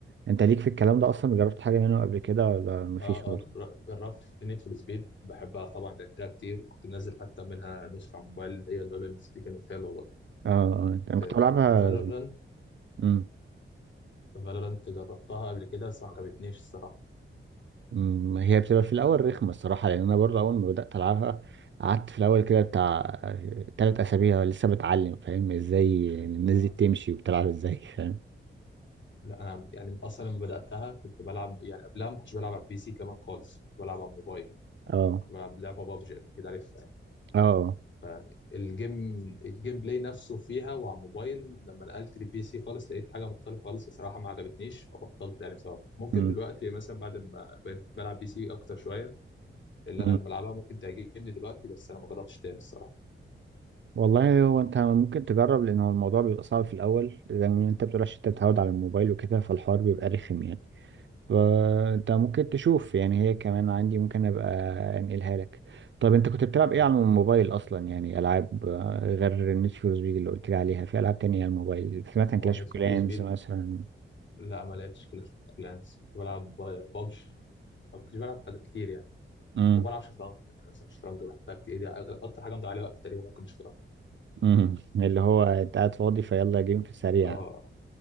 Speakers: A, on the right; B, on the left.
A: انت ليك في الكلام ده اصلا جربت حاجة منه قبل كده ولا مفيش
B: اه
A: ولا
B: اه جر- جربت نيد فور سبيد بحبها طبعا لعبتها كتير كنت منزل حتى منها نسخه على الموبايل اللي هي نولان ام سي كانت حلوه برضه
A: اه اه انا
B: آه
A: كنت بلعبها
B: فالورانت
A: امم
B: فالورانت جربتها قبل كده بس ما عجبتنيش الصراحه
A: أمم، هي بتبقى في الاول رخمة الصراحة لان انا برضه اول ما بدأت العبها قعدت في الاول كده بتاع آه، تلات اسابيع لسه بتعلم فاهم ازاي الناس
B: آه،
A: دي بتمشي وبتلعب ازاي فاهم
B: لا انا يعني اصلا لما بداتها كنت بلعب يعني قبلها ما كنتش بلعب على البي سي كمان خالص كنت بلعب على الموبايل
A: اه
B: كنت بلعب لعبه بابجي اكيد عارفها يعني
A: اه
B: فالجيم الجيم بلاي نفسه فيها وعلى الموبايل لما نقلت للبي سي خالص لقيت حاجه مختلفه خالص الصراحه ما عجبتنيش فبطلت يعني بسبب ممكن
A: أمم،
B: دلوقتي مثلا بعد ما بقيت بلعب بي سي اكتر شويه اللي انا
A: أمم.
B: اللي بلعبها ممكن تعجبني دلوقتي بس انا ما جربتش تاني الصراحه
A: والله هو انت ممكن تجرب لان هو الموضوع بيبقى صعب في الاول لان انت بتقول عشان انت متعود على الموبايل وكده فالحوار بيبقى رخم يعني فانت ممكن تشوف يعني هي كمان عندي ممكن ابقى انقلها لك طب انت كنت بتلعب
B: تمام
A: ايه على الموبايل اصلا يعني العاب آه، غير نيد فور سبيد اللي قلت لي عليها في العاب تانية على الموبايل سمعت عن
B: اه
A: كلاش
B: نيد
A: اوف
B: فور
A: كلانز
B: سبيد
A: مثلا
B: لا ما لعبتش كلاش اوف كلانس بلعب بابجي ما كنتش بلعب حاجات كتير يعني
A: امم
B: وبلعب شطرنج يعني مثلا الشطرنج بحبها كتير دي أغ- اكتر حاجه مضيع عليها وقت تقريبا ممكن الشطرنج
A: امم اللي هو انت قاعد فاضي فيلا جيم في السريع
B: اه